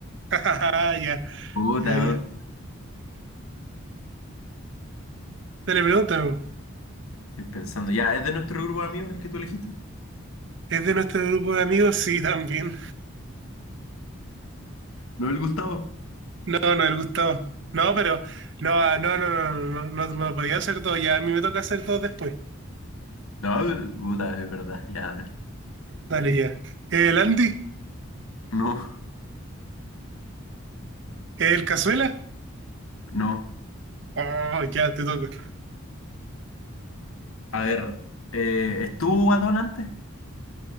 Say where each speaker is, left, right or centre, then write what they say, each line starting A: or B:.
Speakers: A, on the right; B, on the left.
A: Ah, ya,
B: Puta,
A: ya, ya.
B: weón.
A: Dale, pregúntame. po.
B: estoy pensando. Ya, ¿es de nuestro grupo de amigos el que tú elegiste?
A: ¿Es de nuestro grupo de amigos? Sí, también.
B: ¿No el Gustavo?
A: No, no, el Gustavo. No, pero. No, ah, no, no, no, no, no, no me podía hacer todo ya. A mí me toca hacer todo después.
B: No, eh, puta, es verdad. Ya, dale.
A: Dale, ya. ¿El Andy?
B: No,
A: ¿El Cazuela?
B: no.
A: Oh, ya te toca.
B: A ver, eh, ¿estuvo guatón antes?